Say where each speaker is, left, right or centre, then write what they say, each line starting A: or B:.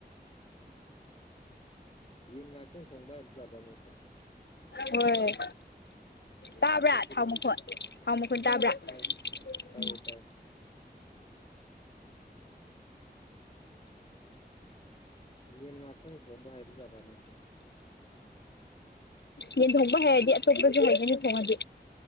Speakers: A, on the left (about 35°); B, on the left (about 80°).
A: ꯌꯦ ꯉꯥꯛꯇꯪ ꯊꯣꯡꯕ ꯍꯩꯕꯖꯠꯂ ꯅꯪꯁꯦ
B: ꯍꯣꯏ ꯇꯥꯕ꯭ꯔꯥ
A: ꯆꯥꯊꯣꯛꯄꯗꯤ
B: ꯊꯥꯎ
A: ꯍꯩꯇꯕꯅꯤ
B: ꯃꯈꯣꯟ ꯊꯥꯎ ꯃꯈꯣꯟ ꯇꯥꯕ꯭ꯔꯥ
A: ꯇꯥꯏ ꯇꯥꯏꯌꯦ
B: ꯎꯝ
A: ꯇꯥꯏ ꯌꯦꯟ ꯉꯥꯛꯇꯪ ꯊꯣꯡꯕ ꯍꯩꯕꯖꯥꯠꯂ ꯅꯪꯁꯦ꯫
B: ꯌꯦꯟ ꯊꯣꯡꯕ ꯍꯥꯏꯔꯗꯤ ꯑꯇꯣꯞꯄꯁꯨ ꯍꯩꯒꯅꯤ ꯊꯣꯡꯉꯗꯤ꯫